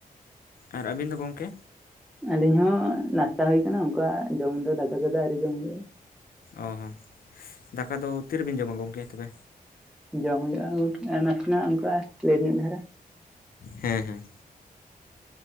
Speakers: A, on the left (about 70°); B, in the centre.
A: ᱟᱨ ᱟᱹᱵᱤᱱ ᱫᱚ ᱜᱚᱝᱠᱮ?
B: ᱟᱞᱤᱧ ᱦᱚᱸ ᱱᱟᱥᱛᱟ ᱦᱩᱭᱩ ᱠᱟᱱᱟ ᱩᱱᱠᱟ ᱡᱚᱢ ᱫᱚ ᱫᱟᱠᱟ ᱠᱚᱫᱚ ᱟᱨᱣᱨᱤ ᱡᱚᱢ ᱦᱩᱭᱩᱜᱼᱟ᱾
A: ᱚ ᱦᱚᱸ ᱫᱟᱠᱟ ᱫᱚ ᱛᱤᱨᱮᱵᱮᱱ ᱡᱚᱢᱟ ᱜᱚᱢᱠᱮ ᱛᱚᱵᱮ?
B: ᱡᱚᱢ ᱦᱩᱭᱩᱜᱼᱟ ᱩᱱᱠᱟ ᱵᱟᱥᱮᱱᱟᱜ ᱚᱱᱠᱟ ᱞᱮᱴ ᱧᱚᱜ ᱫᱷᱟᱨᱟ᱾
A: ᱦᱮᱸ ᱦᱮᱸ